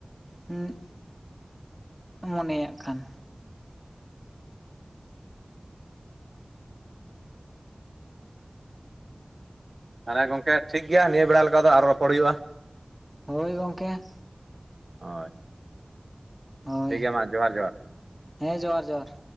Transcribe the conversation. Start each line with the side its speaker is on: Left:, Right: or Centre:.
Centre: ᱦᱩᱸᱜ ᱢᱚᱱᱮᱭᱟᱜ ᱠᱷᱟᱱ
Right: ᱛᱟᱦᱚᱞᱮᱸ ᱜᱚᱝᱠᱮ ᱴᱷᱤᱠ ᱜᱮᱭᱟ ᱱᱤᱭᱟᱹ ᱵᱮᱲᱟ ᱞᱮᱠᱟ ᱫᱚ ᱟᱨᱚ ᱨᱚᱯᱚᱲ ᱦᱩᱭᱩᱜᱼᱟ ᱾
Centre: ᱦᱳᱭ ᱜᱚᱝᱠᱮ
Right: ᱦᱚᱭ
Centre: ᱦᱳᱭ
Right: ᱴᱷᱤᱠ ᱜᱮᱭᱟ ᱢᱟ ᱡᱚᱦᱟᱨ ᱡᱚᱦᱟᱨ᱾
Centre: ᱦᱮᱸ ᱡᱚᱦᱟᱨ ᱡᱚᱦᱟᱨ᱾